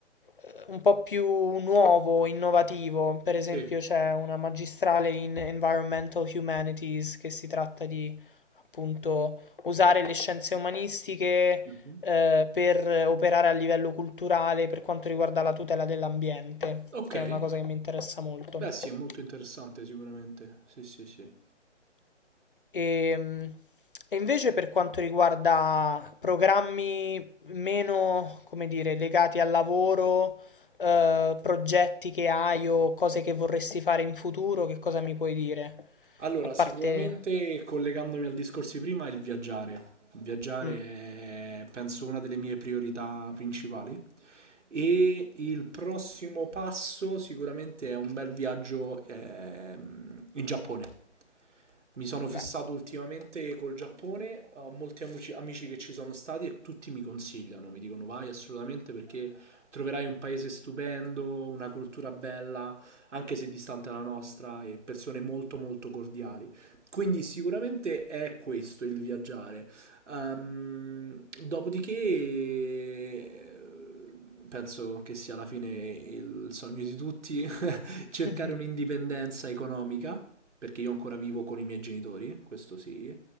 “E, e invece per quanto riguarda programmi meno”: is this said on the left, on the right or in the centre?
Left